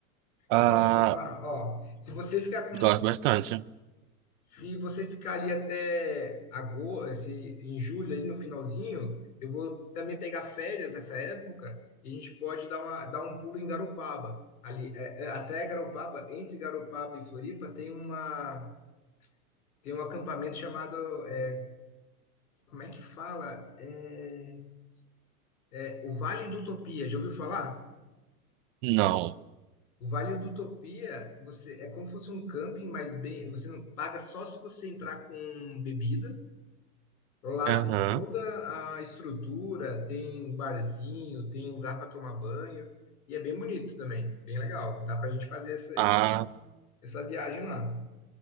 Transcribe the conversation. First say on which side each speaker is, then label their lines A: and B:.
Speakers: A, on the right; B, on the left.
A: Ah,
B: eu gosto de acampar, ó, se você ficar com,
A: Gosto bastante.
B: se você ficar ali até agosto, se, em julho, ali no finalzinho, eu vou também pegar férias nessa época e a gente pode dar, uma, dar um pulo em Garopaba. Ali, é, é, até Garopaba, entre Garopaba e Floripa, tem uma, tem um acampamento chamado é, como é que fala? É, é, o Vale do Utopia, já ouviu falar?
A: Não.
B: O Vale do Utopia, você é como se fosse um camping, mas bem, você não paga só se você entrar com bebida. Lá
A: Aham.
B: tem toda a estrutura, tem um barzinho, tem um lugar para tomar banho e é bem bonito também, bem legal. Dá pra gente fazer essa,
A: Ah,
B: esse- essa viagem lá.